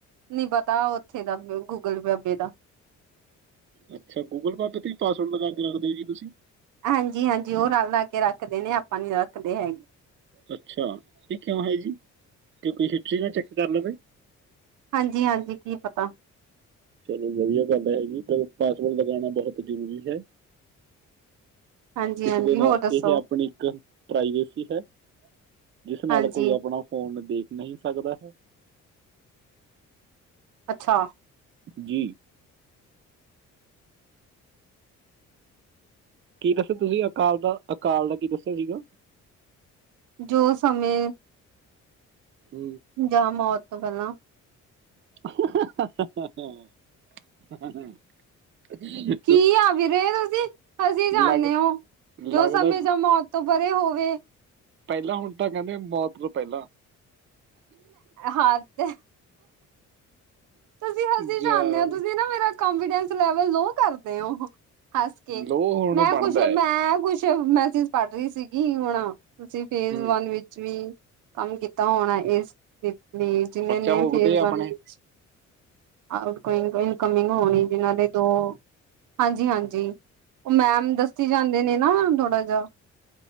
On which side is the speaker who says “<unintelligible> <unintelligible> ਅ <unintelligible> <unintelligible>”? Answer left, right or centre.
Right